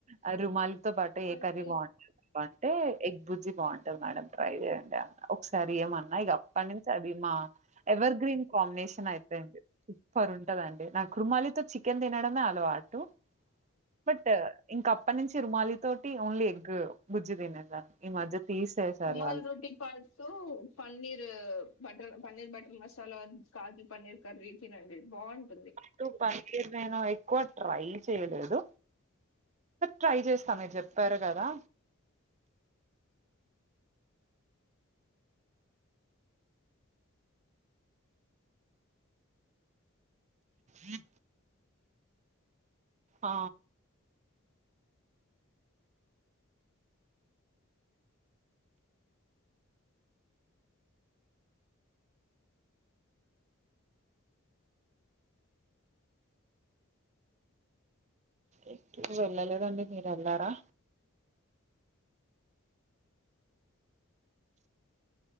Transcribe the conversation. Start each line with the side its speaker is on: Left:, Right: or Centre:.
Right: ఆ రుమాలితో పాటు ఏ
Left: అయితే
Right: కర్రీ బావుంటది అంటే ఎగ్ బుజ్జి బావుంటది మేడం ట్రై చేయండి అన్నడు ఒకసారి ఎమన్నా ఇక అప్పటి నుంచి అది మా ఎవర్ గ్రీన్ కాంబినేషన్ అయిపోయింది సూపర్ ఉంటది అండి నాకు రుమాలితో చికెన్ తినడమే అలవాటు బట్ ఇంకా అప్పటి నుంచి రుమాలి తోటి ఓన్లీ ఎగ్ బుజ్జి తినేదాన్ని ఈ మధ్య తీసేసారు
Left: రుమాల్
Right: వాళ్ళు
Left: రోటీ పాటూ paneer butter paneer butter masala kaju paneer curry తినండి బావుంటుంది
Right: టు పన్నీర్ నేను ఎక్కువ ట్రై చేయలేదు ట్రై చేస్తా మీరు చెప్పారు కదా
Left: ఆ
Right: ఇ ఆ ఎటు వెళ్ళలేదండి మీరు ఎల్లారా